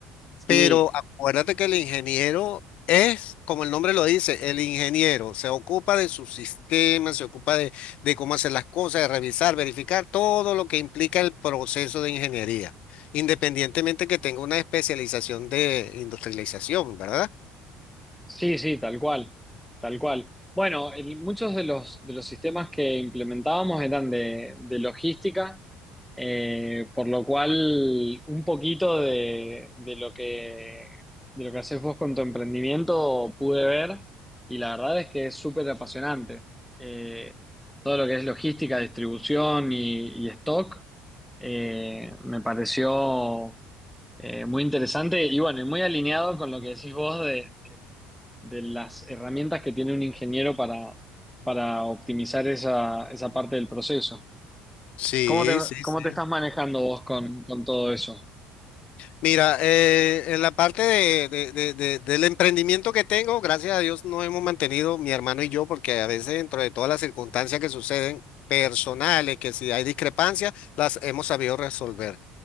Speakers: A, in the centre; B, on the left.
A: Sí,
B: Pero acuérdate que el ingeniero es, como el nombre lo dice, el ingeniero. Se ocupa de su sistema, se ocupa de, de cómo hacer las cosas, de revisar, verificar todo lo que implica el proceso de ingeniería, independientemente que tenga una especialización de industrialización, ¿verdad?
A: Sí, sí, tal cual, tal cual. Bueno, el- muchos de los, de los sistemas que implementábamos eran de, de logística, eh, por lo cual un poquito de, de lo que, de lo que haces vos con tu emprendimiento pude ver y la verdad es que es súper apasionante. Eh, todo lo que es logística, distribución y, y stock, eh, me pareció... Eh, muy interesante y bueno, y muy alineado con lo que decís vos de, de- de las herramientas que tiene un ingeniero para, para optimizar esa, esa parte del proceso.
B: Sí,
A: ¿Cómo te,
B: sí,
A: cómo
B: sí.
A: te estás manejando vos con, con todo eso?
B: Mira, eh, en la parte de, de- de- de- del emprendimiento que tengo, gracias a Dios nos hemos mantenido mi hermano y yo, porque a veces dentro de todas las circunstancias que suceden personales, que si hay discrepancias, las hemos sabido resolver.